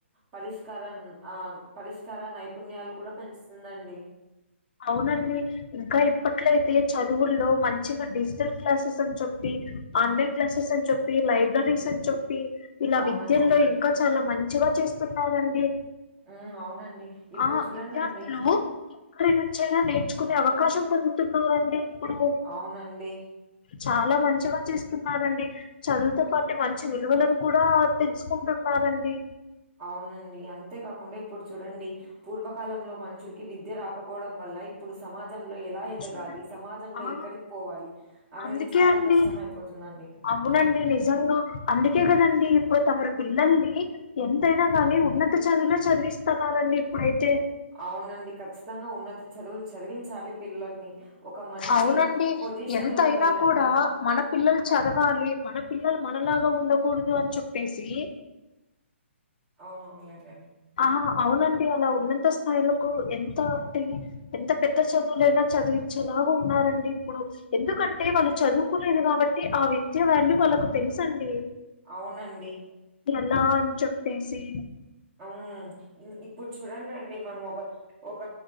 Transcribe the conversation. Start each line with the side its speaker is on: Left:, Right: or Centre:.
Right: పరిష్కార ఆ పరిష్కార నైపుణ్యాలు కూడా పెంచుతుందండి
Left: అవునండి ఇంకా ఇప్పట్లో అయితే చదువుల్లో మంచిగా డిజిటల్ క్లాసెస్ అని చెప్పి ఆన్లైన్ క్లాసెస్ అని చెప్పి, లైబ్రరీస్ అని చెప్పి ఇలా
Right: అవునండి
Left: విద్యల్లో ఇంకా చాలా మంచిగా చేస్తున్నారండి
Right: ఉ అవునండి ఇప్పుడు
Left: ఆ
Right: చూడండి
Left: విద్యార్థులు ఇప్ అక్కడి నుంచినా నేర్చుకునే అవకాశం పొందుతున్నరండి ఇప్పుడు
Right: అవునండి
Left: చాలా మంచిగా చేస్తున్నారండి చదువుతో పాటు మంచి విలువలను కూడా తెలుసుకుంటున్నారండి
Right: అవునండి అంతేకాకుండా ఇప్పుడు చూడండి పూర్వకాలంలో మనుషులు కి విద్య రాకపోవడం వల్ల ఇప్పుడు సమాజంలో ఎలా
Left: ఇప్పుడు
Right: ఎదగాలి
Left: చూడండి
Right: సమాజంలో
Left: ఆ
Right: ఎక్కడికి పోవాలి అనేది
Left: అందుకే
Right: చాలా
Left: అండి
Right: కష్టమ అయిపోతుందండి
Left: అవునండి నిజంగా అందుకే కదండి ఇప్పుడు తమరు పిల్లల్ని ఎంతైనా కానీ ఉన్నత చదువుల చదివిస్తురండి ఇప్పుడైతే
Right: అవునండి ఖచ్చితంగా ఉన్నది చదువు చదివించాలి పిల్లల్ని ఒక మంచి
Left: అవునండి
Right: పొజిషన్
Left: ఎంతయినా
Right: లో ఉండాలండి
Left: కూడా మన పిల్లలు చదవాలి మన పిల్లలు మనలాగా ఉండకూడదు అని చెప్పేసి
Right: అవునవునులేన్ లేండి
Left: ఆహా అవునండి అలా ఉన్నత స్థాయిలకు ఎంత అంటే ఎంత పెద్ద చదువులైనా చదువి ఇచ్చేలా ఉన్నారండి ఇప్పుడు ఎందుకంటే వాళ్ళు చదువుకోలేదు కాబట్టి ఆ విద్య వాల్యూ వాళ్ళకు తెలుసండి
Right: అవునండి
Left: ఎలా అని చెప్పేసి
Right: అ ఇప్పుడు చూడండి అండి మనం ఒక ఒక